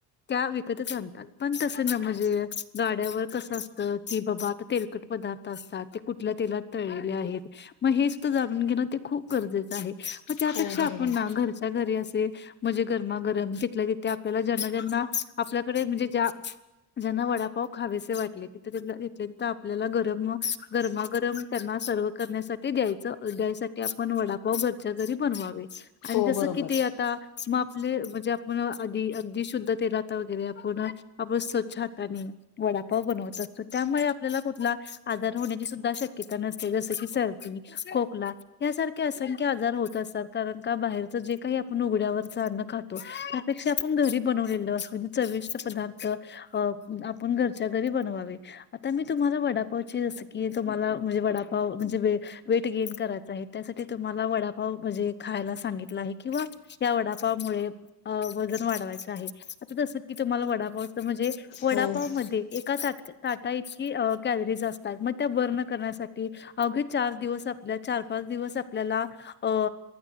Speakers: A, on the left; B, on the left.
A: त्या विकतच आणतात. पण तसं ना, म्हणजे गाड्यावर कसं असत, की बाबा आता तेल - लकट पदार्थ असतात. ते कुठं कुठल्या तेलात तळलेले आहेत? म हे सुद्धा जाणून घेण खूप गरजेचं आहे. म त्यापेक्षा
B: हो बरोबर.
A: आपण ना, घरच्या घरी अस ते म्हणजे गरमा-गरम तिथल्या तिथे आपल्याला ज्यांना ज्यांना आपल्याकडे म्हणजे ज्या ज्यांना वडापाव खावेसे वाटले, तिथ तिथले तिथं आपल्याला गरम अ गरमा गरम त्यांना सर्व करण्यासाठी द्यायचं अ द्यायसाठी आपण वडापाव घरच्या घरी बनवावे. आणि
B: हो
A: तसं
B: बरोबर
A: किती आता, मा आपले म्हणजे आपण आधी अगदी शुद्ध तेलात वगैरे आपण आपण स्वच्छ हातानी वडापाव बनवत असतो, त्यामुळे आपल्याला कुठला आजार होण्याची सुद्धा शक् क्यता नसते, जसं की सर्दी, खोकला यासारखे असंख्य आजार होत असतात कारण का बाहेर च जे काही आपण उघड्यावरचं अन्न खातो त्यापेक्षा आपण घरी बनवलेलं असूदे चविष्ट पदार्थ अ आपण घरच्या घरी बनवावे, आता मी तुम्हाला वडापावची जसं की तुम्हाला म्हणजे वडापाव म्हणजे वे वेट गेन करायचं आहे, त्यासाठी तुम्हाला वडापाव म्हणजे खायला सांगितला आहे किंवा या वडापावमुळे अ वजन वाढवायचे आहे, आता जसं की तुम्हाला वडापाव म्हणजे वडापाव
B: हो
A: मध्ये एका ताटाक ताटा इतकी अ कॅलरीज असतात, मग त्या बर्न करण्यासाठी अवघे चार दिवस आपल्या चार पाच दिवस आपल्याला अ